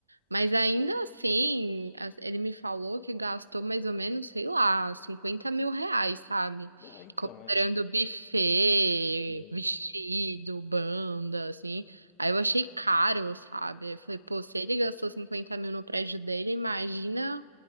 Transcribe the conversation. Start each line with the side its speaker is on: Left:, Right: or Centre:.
Right: Mas ainda assim, as- ele me falou que gastou mais ou menos, sei lá, cinquenta mil reais, sabe?
Left: Não, então,
Right: Comprando
Left: é,
Right: buffet,
Left: sim.
Right: vestido, banda, assim. Aí eu achei caro, sabe? Eu falei, pô, se ele gastou 50 mil no prédio dele, imagina,